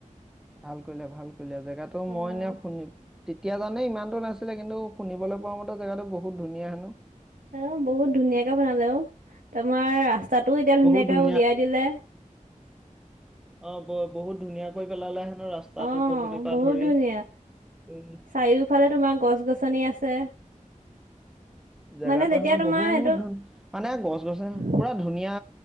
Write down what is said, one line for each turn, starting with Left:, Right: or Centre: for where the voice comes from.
Centre: ভাল কৰিলা ভাল কৰিলা জেগাতটো
Right: উম
Centre: মই নে শুনিম তেতিয়া জানে ইমানতো নাছিলে কিন্তু শুনিবলৈ পোৱা মতে জেগাটো বহুত ধুনীয়া হেনো!
Right: অ' বহুত ধুনীয়াকে বনালে অ' তোমাৰ ৰাস্তাটো এতিয়া ধুনীয়াকে
Centre: বহুত ধুনীয়া
Right: উলিয়াই দিলে
Centre: অ' ব বহুত ধুনীয়াকৈ পেলালে হেনো ৰাস্তাটো
Right: অ
Centre: পদূলিৰ পৰা
Right: বহুত
Centre: ধৰি
Right: ধুনীয়া
Centre: উম
Right: চাৰিওফালে তোমাৰ গছ গছনি আছে।
Centre: জেগাতো
Right: মানে যেতিয়া
Centre: হেনো
Right: তোমাৰ
Centre: বহুত
Right: সেইটো
Centre: ধুন মানে গছ গছনি
Right: অ
Centre: পুৰা ধুনীয়া